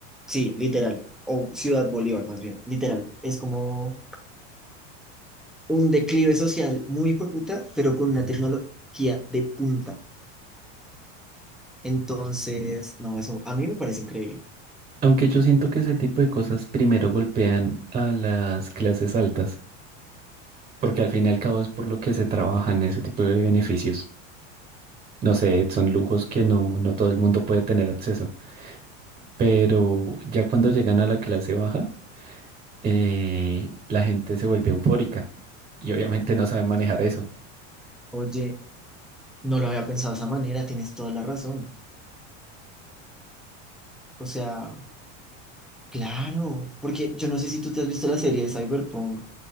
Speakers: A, in the centre; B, on the right.
A: sí, literal, o Ciudad Bolívar más bien, literal. Es como un declive social muy hijueputa, pero con una tecnología de punta. Entonces, no, eso a mí me parece increíble.
B: Aunque yo siento que ese tipo de cosas primero golpean a las clases altas, porque al fin y al cabo es por lo que se trabajan ese tipo de beneficios. No sé, son lujos que no, no todo el mundo puede tener acceso. Pero ya cuando llegan a la clase baja, eh, la gente se vuelve eufórica y obviamente no sabe manejar eso.
A: Oye, no lo había pensado de esa manera, tienes toda la razón. O sea... Claro, porque yo no sé si tú te has visto la serie de Cyberpunk,